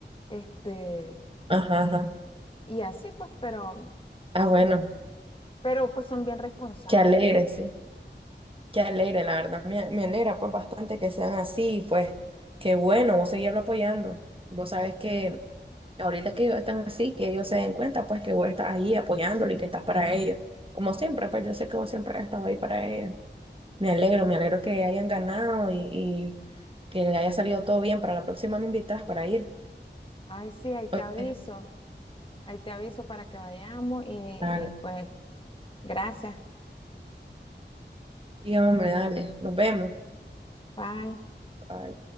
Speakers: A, on the left; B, on the right.
A: este,
B: ajá, ajá.
A: y así pues, pero,
B: Ah, bueno,
A: pero pues son bien responsables.
B: qué alegre, sí, qué alegre, la verdad, me, me alegra pues bastante que sean así, y, pues qué bueno, vos seguirlo apoyando. Vos sabes que ahorita que ellos están así, que ellos se den cuenta pues que vos estás ahí apoyándolo y que estás para ellos. Como siempre, pues yo sé que vos siempre has estado ahí para ellos. Me alegro, me alegro que hayan ganado y, y que haya salido todo bien. Para la próxima me invitas para ir.
A: Ay, sí, ahí
B: Ok,
A: te aviso, ahí te aviso para que vayamos y,
B: Dale.
A: y pues, gracias,
B: Sí, hombre, dale, nos vemos.
A: bye.
B: Bye.